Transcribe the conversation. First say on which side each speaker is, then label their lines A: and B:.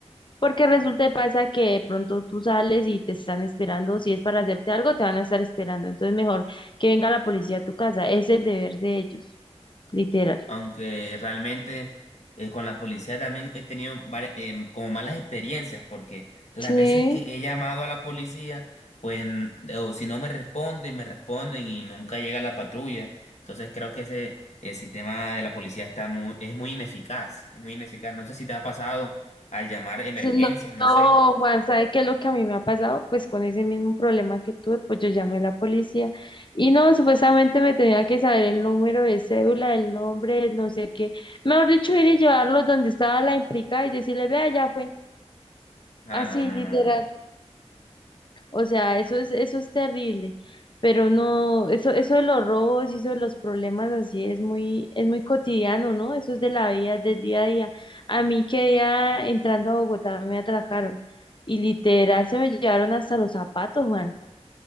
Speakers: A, on the left; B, on the left.
A: porque resulta y pasa que de pronto tú sales y te están esperando. Si es para hacerte algo, te van a estar esperando. Entonces, mejor que venga la policía a tu casa. Es el deber de ellos, literal.
B: Aunque realmente eh, con la policía también he tenido vari- em, como malas experiencias, porque las
A: Sí.
B: veces que he llamado a la policía, pues n- o si no me responden, me responden y nunca llega la patrulla. Entonces creo que ese el sistema de la policía está muy, es muy ineficaz, es muy ineficaz. No sé si te ha pasado al llamar emergencias,
A: No,
B: no
A: no,
B: sé.
A: Juan, ¿sabe qué es lo que a mí me ha pasado? Pues con ese mismo problema que tuve, pues yo llamé a la policía y no, supuestamente me tenía que saber el número de cédula, el nombre, el no sé qué. Mejor dicho, ir y llevarlo donde estaba la implicada y decirle, vea, ya fue.
B: Ah,
A: Así,
B: no, no,
A: literal.
B: no, no.
A: O sea, eso es, eso es terrible. Pero no, eso, eso de los robos y eso de los problemas así es muy, es muy cotidiano, ¿no? Eso es de la vida, del día a día. A mí que ya entrando a Bogotá me atracaron y literal se me llevaron hasta los zapatos, Juan.